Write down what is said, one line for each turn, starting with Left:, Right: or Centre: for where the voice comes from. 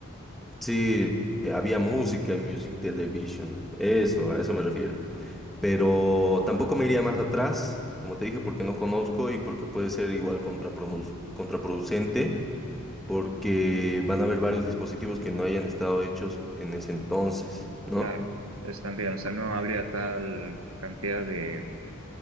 Centre: Sí, había música en Music Television, eso, a eso me refiero. Pero tampoco me iría más atrás, como te dije, porque no conozco y porque puede ser igual contraprodu- contraproducente porque van a haber varios dispositivos que no hayan estado hechos en ese entonces, ¿no?
Right: Claro, entonces también, o sea, no habría tal cantidad de